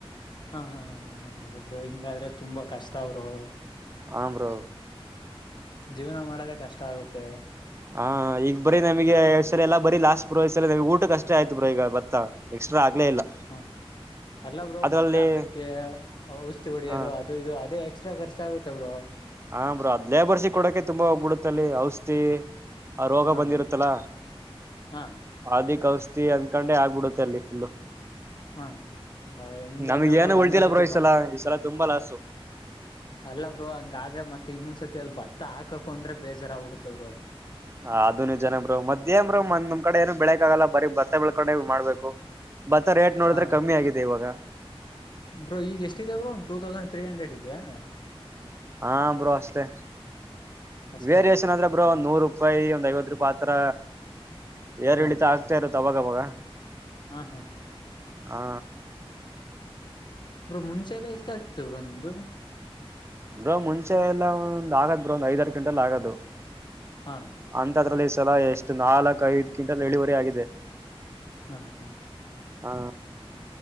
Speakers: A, on the left; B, on the right.
A: ಹಾ ಹಾ ಹ ಒಬ್ರು ಹಿಂಗಾದ್ರೆ ತುಂಬಾ ಕಷ್ಟ ಅವರು
B: ಆ ಬ್ರೋ
A: ಜೀವನ ಮಾಡದ ಕಷ್ಟ ಆಗುತ್ತೆ
B: ಹಾ ಈಗ ಬರೀ ನಮಗೆ್ ಸ ಎಲ್ಲ ಬರಿ ಲಾಸ್ಟ್ ಬೋಸರಿಮ ಊಟ ಕಷ್ಟೇ ಆಯ್ತ್ ಬ್ರೋ ಈಗ ಬತ್ತ ಎಕ್ಸ್ಟ್ರಾ ಆಗ್ಲೇ ಇಲ್ಲ
A: ಹಾ ಎಲ್ಲಬ್ರು
B: ಅದ್ರಲ್ಲಿ
A: ಮತ್ತೆ ಅದಕ್ಕೆ ಔಷಿ ಹೊಡಿಯೋದು
B: ಹ
A: ಅದು ಇದು ಅದೇ ಎಕ್ಸ್ಟ್ರಾ ಖರ್ಚ ಆಗುತ್ತ ಅವ್ರು
B: ಹ ಬ್ರ ಅದ್ ಲೇಬರ್ಸಿಕ್ ಕೊಡಕೆ ತುಂಬಾ ಹೋಗ್ಬಿಡುತ್ತಲ್ಲಿ ಔಷಧಿ ಆ ರೋಗ
A: ಹಾ
B: ಬಂದಿರುತ್ತಲ
A: ಹಾ
B: ಅಧಿಕ ಔಷಿ ಅಂದಕೊಂಡೆ ಆಗ್ಬಿಡುತ್ತೆ ಅಲ್ಲಿ ಫುಲ್
A: ಹಾ ಹಾ ಹಿಂಗಾದ್ರೆ
B: ನಮ್ಗ ಏನು
A: ಬ್ರೋ
B: ಉಳ್ತಿಲ್ಲ
A: ಇನ್ನೊಂದ್ಸತಿ
B: ಬ್ರೋ ಈ ಸಲ ಈ ಸಲ ತುಂಬಾ ಲಾಸು
A: ಅಲ್ಲವರು ಹಂಗಾದ್ರೆ ಮತ್ತತ್ ಇನ್ನೊಂದ್ಸರ್ತಿ ಅದ ಭತ್ತ ಹಾಕಕ ಅಂದ್ರೆ ಬೇಜಾರ ಬಿಡತವರು
B: ಹ ಅದು ನೀವ್ ಜನಂಬರು ಮಧ್ಯಾಹ ಬ್ರರು ಮಂದ್ ನಿಮ್ ಕಡೆ ಏನು ಬೆಳಕ್ ಆಗಲ್ಲ ಬರೀ ಭತ್ತ ಬೆಳ್ಕೊಂಡೆ ಮಾಡ್ಬೇಕು ಭತ್ತ ರೇಟ್ ನೋಡಿದ್ರೆ
A: ಹಾ
B: ಕಮ್ಮಿ ಆಗಿದೆ ಇವಾಗ
A: ಬ್ರೋ ಈಗ ಎಷ್ಟ ಇದ್ಯಾ ಬ್ರರು ಟೂ ತೌಸಂಡ್ ತ್ರೀ ಹಂಡ್ರೆಡ್ ಇದೆಯಾ
B: ಹಾ ಬ್ರೋಷ್ಟತೆ
A: ಅಷ್ಟೇ
B: ವೇರಿಯೇಷನ್ ಅಂದ್ರೆ ಬ್ರೋ ಒಂದ ನೂರು ರೂಪಾಯಿ ಒಂದ್ ಐವತ್ ರೂಪಾಯಿ ಆತ್ರರ ಯಏರ್
A: ಹಾ
B: ಹಳಿತ ಆಗ್ತಾ ಇರು ತವಾಗವಾಗ
A: ಹಾ ಹಾ
B: ಹಾ
A: ಅ್ರ ಮುಂಚೆ ಎಲ್ಲ ಎಷ್ಟಾಗಗ್ತತವರು ನಿಮ್ದು
B: ಬ್ರೋ ಮುಂಚೆ ಎಲ್ಲಾ ಒಂದ್ ಆಗ್ ಬ್ರೋ ಒಂದ್ ಐದ್ ಆರಡು ಕಿಂಟಲ್ ಆಗದು
A: ಹಾ
B: ಅಂತ ಅದ್ರಲ್ಲಿ ಸಲ ಎಷ್ಟು ನಾಲ್ಕ್ ಐದ ಕ್ವಿಂಟಲ್ ಇಳುವರಿ ಆಗಿದೆ
A: ಹಾ ಹಾ
B: ಹಾ